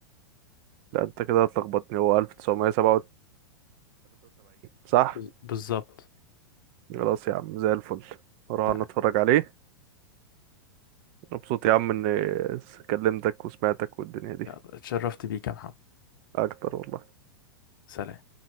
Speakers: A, on the right (about 40°); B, on the left (about 60°).
A: لا انت كده هتلخبطني هو 1973 صح
B: بز- بالظبط
A: خلاص يا عم زي الفل اروح
B: تمام.
A: انا اتفرج عليه مبسوط يا عم اني كلمتك وسمعتك والدنيا دي
B: يلا، اتشرفت بيك يا محمد
A: اكتر والله
B: سلام